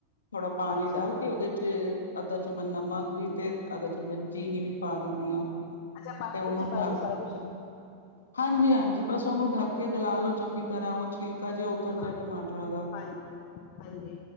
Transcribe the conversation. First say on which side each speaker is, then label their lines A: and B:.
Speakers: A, on the left; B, on the left.
A: ਥੋੜਾ ਪਾਣੀ
B: ਅੱਛਾ
A: ਡਾਲ ਕੇ ਉਹਦੇ ਚ ਅੱਧਾ ਚਮਚ ਨਮਕ ਵੀ ਤੇ ਅੱਧਾ ਚਮਚ ਚੀਨੀ ਵੀ ਪਾ ਦਿੰਦੀ ਹਾਂ
B: ਅੱ ਬਣ
A: ਤੇ ਉਹਨੂੰ
B: ਚ
A: ਢੱਕ
B: ਬਾਦੋਂ ਸਾਰਾ ਖ।
A: ਹਾਂਜੀ ਹਾਂਜੀ ਬਸ ਉਹਨੂੰ ਢੱਕ ਕੇ ਗਲਾ ਲੋਓ। ਚੰਗੀ ਤਰ੍ਹਾਂ ਉਹ ਛਿਲਕਾ ਜਿਹਾ ਉਤਰ ਜਾ
B: ਹਾਂ
A: ਟਮਾਟਰਾਂ ਦਾ
B: ਹਾਂਜੀ ਹਾਂਜੀ